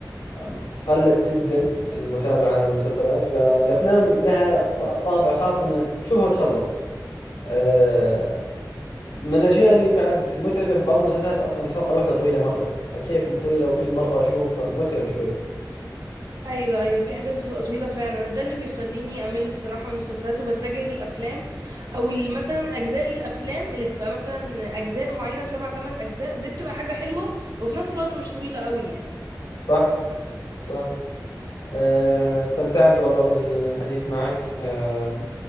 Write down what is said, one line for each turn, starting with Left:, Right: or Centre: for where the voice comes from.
Left: أم، قلت جدا المتابعة للمسلسلات فالافلام لها ط- طابع خاص انه تشوفها وتخلص آه من الاشياء اللي بعد متعبة في بعض المسلسلات اصلا الحلقة الواحدة طويلة مرة فكيف طويلة وكل مرة اشوف متعب شوي
Right: ايوه ايوه في حاجات بتبقى طويلة فعلا ده اللي بيخليني امل الصراحة من المسلسلات وبتجه للافلام او ال- مثلا اجزاء للافلام اللي بتبقى مثلا اجزاء معينة سبع تمن اجزاء دي بتبقى حاجة حلوة وفي نفس الوقت مش طويلة قوي يعني
Left: صح؟ صح آه، استمتعت والله بالحديث معك آه،